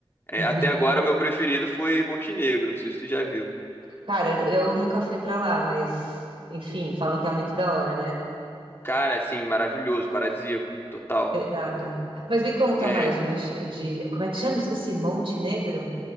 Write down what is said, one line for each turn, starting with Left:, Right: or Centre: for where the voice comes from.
Left: É,
Right: Uhum.
Left: até agora o meu preferido foi Montenegro, não sei se tu já viu.
Right: Cara, eu nunca fui pra lá, mas enfim, falam que é muito da hora, né?
Left: Cara, assim, maravilhoso, paradisíaco, total.
Right: Irado. Mas me conta
Left: É,
Right: mais de, Monte- de como é que chama? Esqueci, Montenegro?